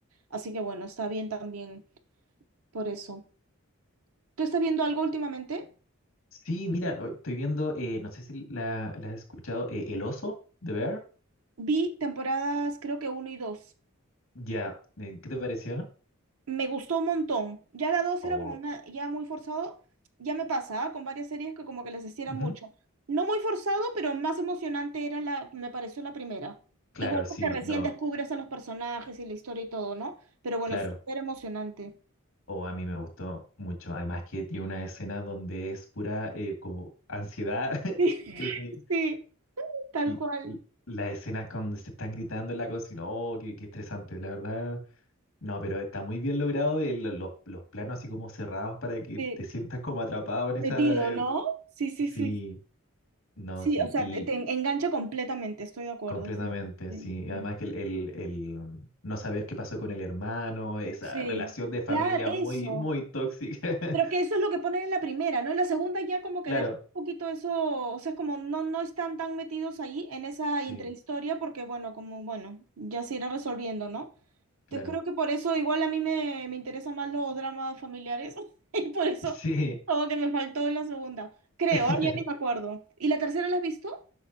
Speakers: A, on the right; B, on the left.
A: Así que bueno, está bien también por eso. ¿Tú estás viendo algo últimamente?
B: Sí, mira, hoy estoy viendo, eh, no sé si la, la has escuchado, eh, El oso de Bear.
A: Vi temporadas, creo que uno y dos.
B: Ya, eh, ¿qué te pareció?
A: me gustó un montón. Ya la dos
B: Oh,
A: era como una- ya muy forzado. Ya me pasaba con varias series que como que les hiciera
B: ujú.
A: mucho. No muy forzado, pero más emocionante era la, me pareció la primera.
B: Claro,
A: Igual
B: sí,
A: porque recién
B: no,
A: Ujú. descubres a los personajes y la historia y todo, ¿no? Pero bueno,
B: claro.
A: súper emocionante.
B: O a mí me gustó mucho. Además que tiene una escena donde es pura eh, como ansiedad.
A: <laughs>
B: <laughs>
A: Sí,
B: eh,
A: sí, tal
B: l-
A: cual.
B: l- las escenas cuando se están gritando en la cocina, oh, qué, qué estresante, la verdad. No, pero está muy bien logrado el- los, los planos así como cerrados para que
A: Sí,
B: te sientas como atrapado en esa...
A: metido,
B: el-
A: ¿no? Sí, sí,
B: Sí,
A: sí.
B: no,
A: Sí,
B: sí,
A: o sea,
B: y
A: te, te engancha completamente, estoy de acuerdo.
B: completamente,
A: Sí, sí,
B: sí.
A: sí.
B: Además que el, el, el, mm, no saber qué pasó con el hermano, esa
A: Sí,
B: relación de familia
A: claro, eso.
B: muy, muy tóxica. <laughs>
A: Pero que eso es lo que ponen en la primera, ¿no? En la segunda ya como que
B: Claro,
A: deja un poquito eso, o sea, es como no, no están tan metidos ahí en esa
B: sí,
A: intrahistoria porque, bueno, como, bueno, ya se irá resolviendo, ¿no? Entonces
B: claro.
A: creo que por eso igual a mí me, me interesan más los dramas familiares <laughs> y por eso
B: Sí.
A: todo que me faltó en la segunda. Creo,
B: <laughs>
A: ah, ya ni me acuerdo. ¿Y la tercera la has visto?